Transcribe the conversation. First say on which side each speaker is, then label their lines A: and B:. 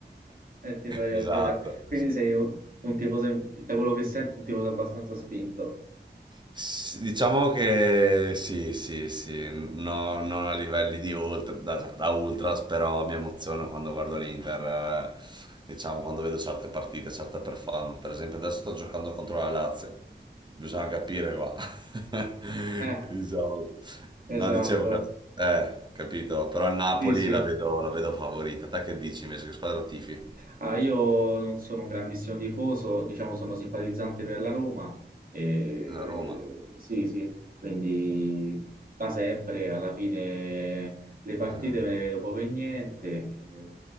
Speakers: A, on the right; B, on the right.
A: e ti pareva,
B: Esatto.
A: ti pareva. Quindi sei un, un tifoso, da quello che sento, un tifoso abbastanza spinto.
B: S- Diciamo che sì, sì, sì, no- non a livelli di ultra, da, da ultras, però mi emoziono quando guardo l'Inter, eh, diciamo quando vedo certe partite, certe performance. Per esempio adesso sto giocando contro la Lazio. Bisogna capire qua. <laughs>
A: Eh,
B: Diciamo.
A: esatto.
B: No, dicevo che... Eh, capito. Però il Napoli
A: Sì, sì.
B: la vedo, la vedo favorita. Te che dici invece? Che squadra tifi?
A: Ah, io non sono un grandissimo tifoso, diciamo sono simpatizzante per la Roma. e-
B: La Roma.
A: Sì, sì, quindi da sempre alla fine le partite
B: Mm,
A: me ne vedo poco e niente. e